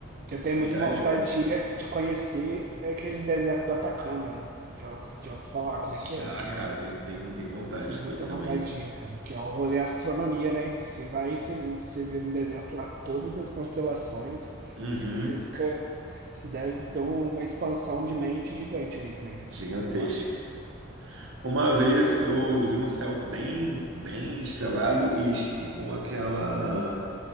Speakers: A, on the right; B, on the right.
A: Eu tenho
B: Então
A: muita
B: já
A: vontade
B: ajuda.
A: de, ir- de conhecer é aquele deserto do Atacama. Já, ouvi- já ouvi falar
B: Já,
A: como é que é, que
B: cara,
A: é.
B: tem, tem, tem vontade
A: Tenho
B: de
A: muita
B: coisa também.
A: vontade de ir, cara, que é o rolê astronomia, né? Que Você vai e você, você vê no deserto lá todas as constelações.
B: Uhum,
A: Você fica. Você deve ter um, uma expansão de mente gigante ali também, né? Porque
B: gigantesca.
A: você olha assim.
B: Uma vez eu vi um céu bem, bem estrelado e, e com aquela